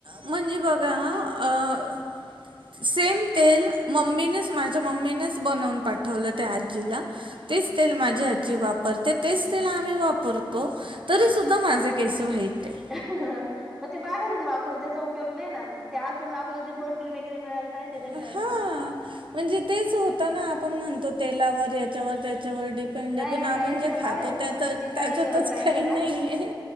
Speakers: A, on the right; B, in the centre.
A: म्हणजे बघां हं अं सेम तेल मम्मीनेच माझ्या मम्मीनेच बनवूंन पाठवलं त्यां आजीला तेचं तेल माझी आजी जी वापरते तेचं आम्हीं वापरतो तरीसुद्धां माझे केंस व्हाईट आहेतं
B: मंग ते बाहेरूंन वापरूंन त्यांचा उपयोग नाहीं नां त्यांतून आपल्याला जे प्रोटीन वगैरें मिळायला पाहिजे ते नाही
A: हां
B: मिळत ना.
A: म्हणजे तेचं होतं नां आपणं म्हणतो तेलावर यांच्यावर त्यांच्यावर डीप पणं
B: नाही
A: जे पणं
B: नाही
A: आपणं
B: काहीच
A: जे
B: नाही
A: खातो
B: बाहेरून
A: त्या
B: तुम्ही
A: त्यांच्यातचं
B: किती काही ट्राय
A: कांहीं
B: करा
A: नाहीये.